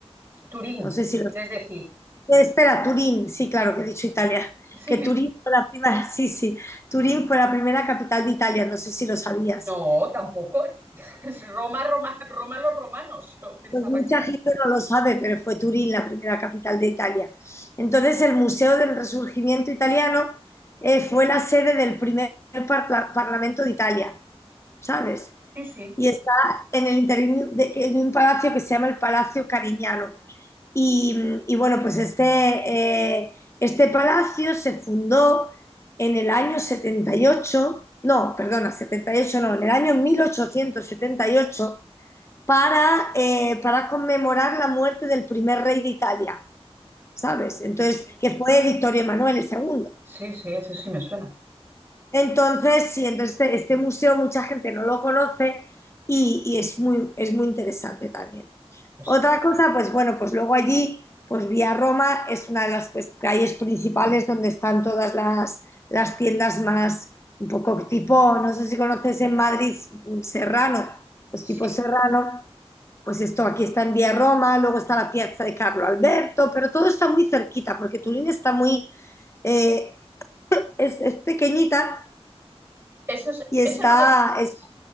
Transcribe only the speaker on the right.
Turín,
quieres
decir.
<laughs>
Sí.
No, tampoco. <laughs> Es Roma, Roma, Roma, los romanos. Yo pensaba
que era.
Sí, sí,
sí,
sí, sí, eso sí me suena.
Pues
sí.
Eso es,
eso es lo que,
sí.